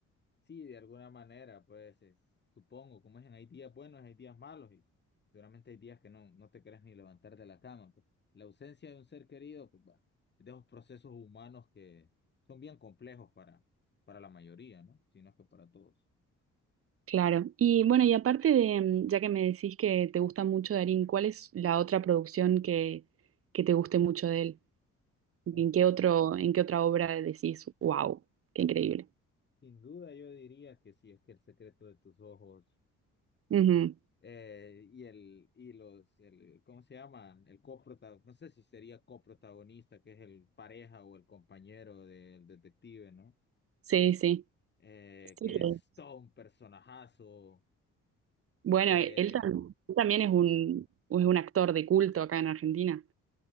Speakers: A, on the left; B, on the right.
A: Sí, de alguna manera, pues es- supongo, como es en hay días buenos, hay días malos y seguramente hay días que no, no te querés ni levantar de la cama. pues. La ausencia de un ser querido, pues bueno, es de esos procesos humanos que son bien complejos para, para la mayoría, ¿no? Si no es que para todos.
B: Claro. Y bueno, y aparte de, mm, ya que me decís que te gusta mucho Darín, ¿cuál es la otra producción que, que te guste mucho de él? ¿En
A: Ah,
B: qué
A: sí,
B: otro,
A: sí.
B: en qué otra obra decís, wow, qué increíble?
A: Sin duda yo diría que sí, es que el secreto de tus ojos
B: Ujú.
A: eh, y el, y los, el, ¿cómo se llama? El coprotagonista, no sé si sería coprotagonista, que es el pareja o el compañero del detective, ¿no?
B: Sí, sí.
A: eh,
B: Sí.
A: que es todo un personajazo.
B: Bueno,
A: eh,
B: e, él, tam- él también
A: ajá.
B: es un, es un actor de culto acá en Argentina.